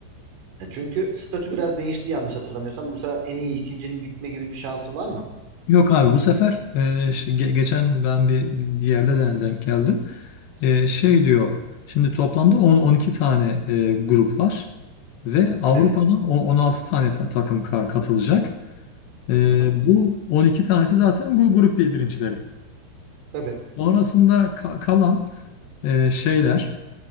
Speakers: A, on the right; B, on the left.
A: Ya çünkü statü biraz değişti yanlış hatırlamıyorsam. Bu sefer en iyi ikincinin gitme gibi bir şansı var mı?
B: Yok abi bu sefer e, ş- ge- geçen ben bir yerde de denk geldim. E, şey diyor şimdi toplamda 10-12 tane e, grup var ve Avrupa'dan
A: Evet.
B: o- 16 tane ta- takım ka- katılacak. E,
A: Aha.
B: bu 12 tanesi zaten gu- grup bir- birincileri.
A: Tabii.
B: Sonrasında ka- kalan e, şeyler